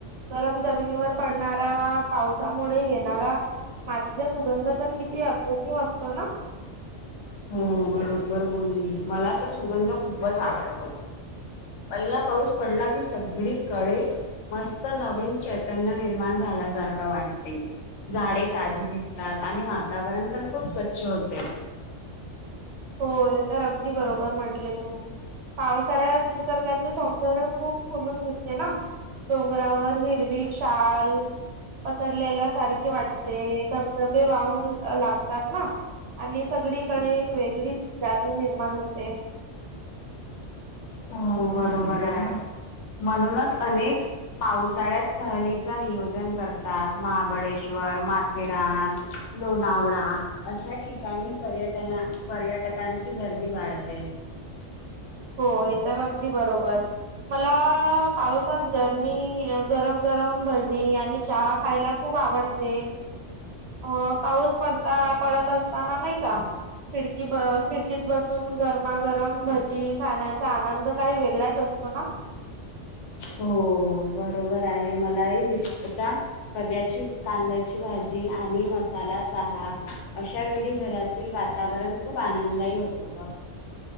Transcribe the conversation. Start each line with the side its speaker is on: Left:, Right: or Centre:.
Right: गरम जमिनीवर पडणारा पावसामुळे येणारा मातीचा सुगंध तर किती अप्रतिम असतो ना
Left: हो बरोबर बोलली मला तर सुगंध खूपच आवडतो पहिला पाऊस पडला की सगळी कळे मस्त नवीन चैतन्य निर्माण झा झाला सारखा वाटते झाडे ताजी दिसतात आणि वातावरण पण खूप स्वच्छ होते
Right: हो हे तर अगदी बरोबर म्हंटले तू पास शाळात निसर्गाचे सौंदर्य खूप खुलून दिसते ना डोंगरावर हिरवी शाल पसरलेला सारखे वाटते धबधबे वाहून लागतात ना आणि सगळीकडे एक वेगळीच जादू निर्माण होते
Left: हो बरोबर आहे म्हणूनच अनेक पावसाळ्यात सहलीच नियोजन करतात महाबळेश्वर माथेरान लोणावळा अशा ठिकाणी पर्यटना पर्यटकांची गर्दी वाढते
Right: हो हे तर अगदी बरोबर मला पावसात गरमी गरम गरम भजी आणि चहा खायला खूप खूप आवडते अ पाऊस पडता पडत असताना नाही का खिडकी ब खिडकीत बसून गरमागरम भजी खाण्याचा आनंद काही वेगळाच असतो ना
Left: हो बरोबर आहे मलाही विसता कद्याची कांद्याची भाजी आणि मसाला चहा अशा वेळी घरातील वातावरण खूप आनंदायी होतो ग <inaudible>